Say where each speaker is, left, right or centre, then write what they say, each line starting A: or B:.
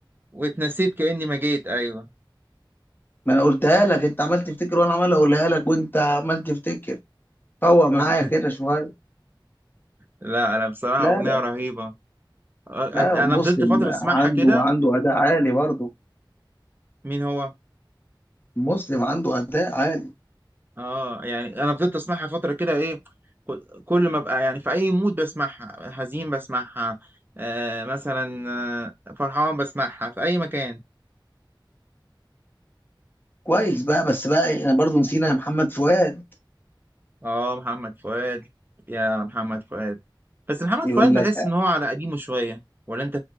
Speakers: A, on the right (about 25°); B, on the left (about 25°).
A: واتنسيت كاني ما جيت ايوه
B: ما انا قلتها لك انت عمال تفتكر وانا عمال اقولها لك وانت عمال تفتكر فوق معايا
A: <laughs>
B: كده شويه
A: لا انا بصراحه
B: لا
A: اغنيه
B: لا
A: رهيبه آه،
B: لا
A: انا
B: مسلم
A: فضلت فتره اسمعها
B: عنده
A: كده
B: عنده اداء عالي برضه
A: مين هو
B: مسلم عنده اداء عالي
A: اه يعني انا فضلت اسمعها فتره كده ايه كل كل ما ابقى يعني في اي مود بسمعها حزين بسمعها آه مثلا آه، فرحان بسمعها في اي مكان
B: كويس بقى بس بقى احنا برضه نسينا محمد فؤاد
A: اه محمد فؤاد يا محمد فؤاد بس محمد
B: يقول
A: فؤاد بحس
B: لك
A: ان هو على قديمه شويه ولا انت